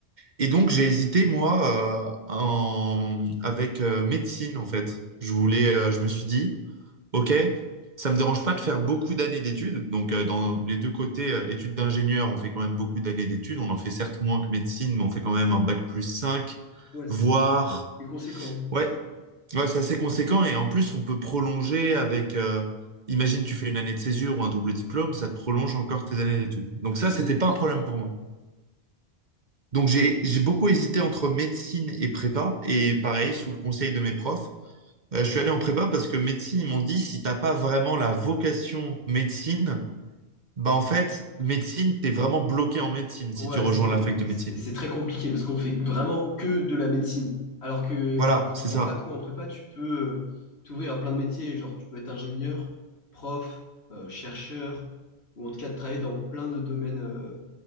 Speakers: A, on the right (about 45°); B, on the left (about 75°).
A: Et donc j'ai hésité, moi, euh, en- avec euh, médecine, en fait. Je voulais, euh, je me suis dit, OK, ça me dérange pas de faire beaucoup d'années d'études. Donc, euh, dans les deux côtés, euh, études d'ingénieur, on fait quand même beaucoup d'années d'études. On en fait certes moins que médecine, mais on fait quand même un bac plus 5,
B: Ouais, c'est
A: voire...
B: c'est conséquent.
A: Ouais, ouais, c'est assez conséquent. Et en plus, on peut prolonger avec... euh, Imagine, tu fais une année de césure ou un double diplôme, ça te prolonge encore tes années d'études. Donc
B: C'est
A: ça,
B: une
A: c'était
B: année de
A: pas
B: plus.
A: un problème pour moi. Donc j'ai j'ai beaucoup hésité entre médecine et prépa. Et pareil, sous le conseil de mes profs, euh, je suis allé en prépa parce que médecine, ils m'ont dit, si t'as pas vraiment la vocation médecine, bah en fait, médecine, t'es vraiment bloqué en médecine si
B: Ouais,
A: tu rejoins
B: c'est
A: la fac de médecine.
B: c'est- c'est très compliqué parce qu'on fait vraiment que de la médecine. Alors que
A: Voilà,
B: qu'en
A: c'est
B: en
A: ça.
B: fac ou en prépa, tu peux euh, t'ouvrir à plein de métiers. Genre, tu peux être ingénieur, prof, euh, chercheur, ou en tout cas de travailler dans plein de domaines euh,